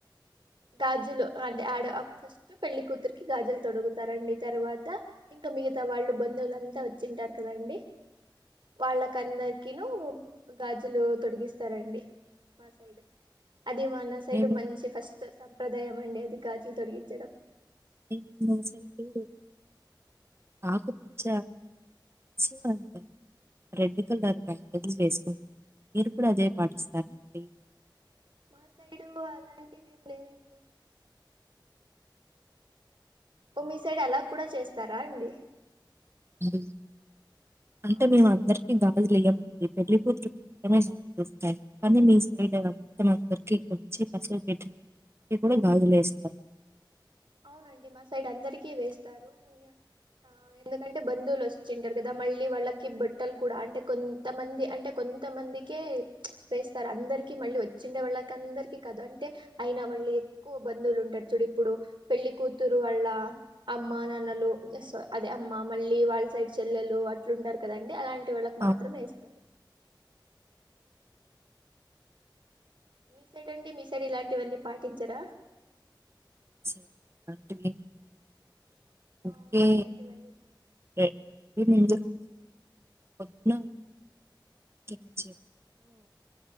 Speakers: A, on the right; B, on the right.
A: గాజులు అంటే ఆడ ఫస్ట్ పెళ్లి కూతురికి గాజులు తొడుగుతారండి తర్వాత ఇంకా మిగతా వాళ్ళు బంధువులంతా వచ్చింటారు కదండి. వాళ్ల అందరికీ ను గాజులు తొడిగిస్తారండి మా సైడ్ అది మన్న సైడ్
B: మేము
A: మంచి ఫస్ట్ సం సంప్రదాయం అండి అది గాజులు తొడిగించడం.
B: ఏమో మా సైడు ఆకుపచ్చ చ్చ అంతా రెడ్ కలర్ బ్యాంగిల్స్ వేసుకుంటారు మీరు కూడా అదే పాటిస్తారా అండి
A: మా సైడు అలాంటివి ఏం లేదండి ఓ మీ సైడ్ అలా కూడా చేస్తారా అండి
B: హ్మ్ అంటే
A: అవునా
B: మేము
A: అండి
B: అందరికీ గాజులేయ్యము ఈ పెళ్లి కూతురు మాత్రమే గాజులు వేస్తారు కానీ మీ సైడ్ మొత్తం అందరికి వచ్చి పసుపు పెట్టి ఎక్కువగా గాజులేస్తారు.
A: అవునండి మా సైడ్ అందరికి వేస్తారు ఆ ఎందుకంటే బంధువులు వచ్చింటారు. కదా మళ్ళీ వాళ్ళకి బట్టలు కూడా అంటే కొంతమంది అంటే కొంతమందికే వేస్తారు అందరికి మళ్ళీ వచ్చిండే వాళ్ళకి అందరికి కాదు అంటే అయినా వాళ్ళి ఎక్కువ బంధువులు ఉంటారు చూడు ఇప్పుడు పెళ్లి కూతురు వాళ్ళ అమ్మ నాన్నలు జేస్వ అదే అమ్మ మళ్ళీ వాళ్ళ సైడ్ చెల్లెలు అట్లుంటారు కదండి అలాంట్ వాళ్ళకి మాత్రమే
B: అవును.
A: ఇస్తారు. మీ సైడ్ అండి మీ సైడ్ ఇలాంటివన్నీ పాటించరా
B: సైడ్ అలాంటివి ఏమి ఊరికే
A: అవునా ఇలాంటివన్నీ
B: ఏ ఈవెనింగ్ జు పొద్దున వచ్చి